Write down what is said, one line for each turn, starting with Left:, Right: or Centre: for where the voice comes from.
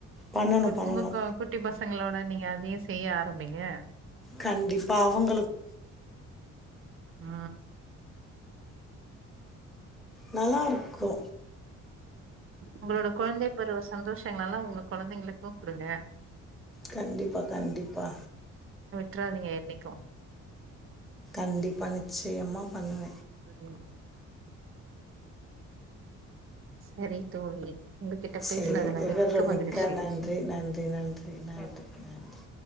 Centre: பண்ணணு
Right: கு
Centre: பண்ணணு
Right: உங்க க் குட்டி பசங் சங்களோட நீங்க அதயே செய்ய ஆரபிங்க
Centre: கண்டிப்பா அவுங்
Right: ஆ
Centre: நல்லா இருக்கு
Right: உங்களோட கொழந்தை பருவ சந்தோஷங்கல்லா உங்களுக் கொழந்தைங்களுக்கு குடுங்க
Centre: கண்டிப்பா கண்டிப்பா
Right: ட்றாதீங்க என்னிக்கு
Centre: <inaudible> மன்ச்சியமாங்க
Right: ம் சேரி தோழி உங்ககிட்ட
Centre: சேரி
Right: பேசுனதுல
Centre: விவர
Right: மிக்க
Centre: மிக்கா
Right: மகிழ்ச்சி
Centre: நன்றி நன்றி நன்றி நன்றி நன்றி